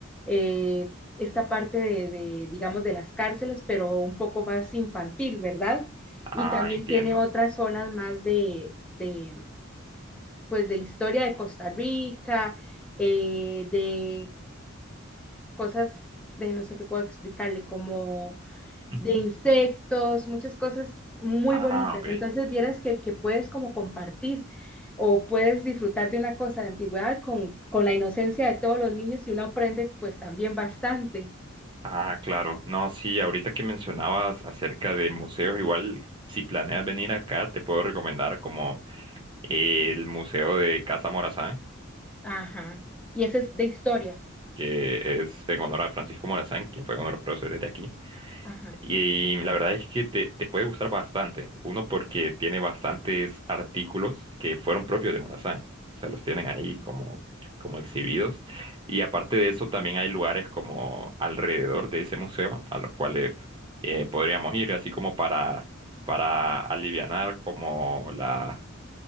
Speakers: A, in the centre; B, on the right.
A: eh, esta parte de, de, digamos, de las cárceles, pero un poco más infantil, ¿verdad?
B: Ah,
A: Y también
B: entiendo.
A: tiene otras zonas más de, de pues, de historia de Costa Rica, eh, de cosas de no sé qué puedo explicarle, como
B: Ujú.
A: de insectos, muchas cosas muy
B: Ah,
A: bonitas.
B: ok.
A: Entonces, vieras que, que puedes como compartir o puedes disfrutar de una cosa de antigüedad con, con la inocencia de todos los niños y uno aprende pues también bastante.
B: Ah, claro. No, sí, ahorita que mencionabas acerca de museos, igual si planeas venir acá, te puedo recomendar como el Museo de Casa Morazán,
A: Ajá. Y ese es de historia.
B: que es en honor a Francisco Morazán, quien fue uno de los próceres de aquí.
A: Ajá.
B: Y la verdad es que te, te puede gustar bastante. Uno, porque tiene bastantes artículos que fueron propios de Morazán. O sea, los tienen ahí como, como exhibidos. Y aparte de eso, también hay lugares como alrededor de ese museo a los cuales eh, podríamos ir, así como para, para alivianar como la,